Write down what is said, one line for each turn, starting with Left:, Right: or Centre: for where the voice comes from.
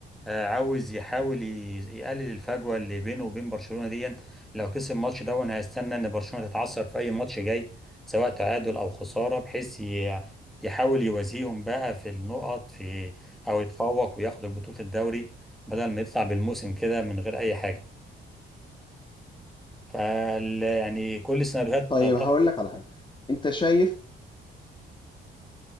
Centre: آه، عاوز يحاول ي- يقلل الفجوه اللي بينه وبين برشلونه دي لو كسب الماتش ده وانا هستنى ان برشلونه تتعثر في اي ماتش جاي سواء تعادل او خساره بحيث ي- يحاول يوازيهم بقى في النقط في او يتفوق وياخد بطوله الدوري بدل ما يطلع بالموسم كده من غير اي حاجه فال يعني كل السيناريوهات
Left: طيب
Centre: طبعا
Left: هقول لك على حاجة انت شايف